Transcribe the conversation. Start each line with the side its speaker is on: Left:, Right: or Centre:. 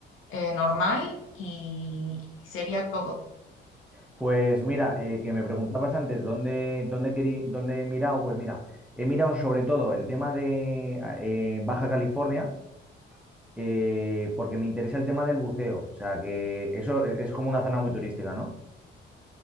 Left: eh, normal y y sería todo.
Centre: Pues mira, eh, que me preguntabas antes dónde, dónde, querí- dónde he mirado, pues mira, he mirado sobre todo el tema de ah, eh, Baja California, eh, porque me interesa el tema del buceo, o sea que eso es, es como una zona muy turística, ¿no?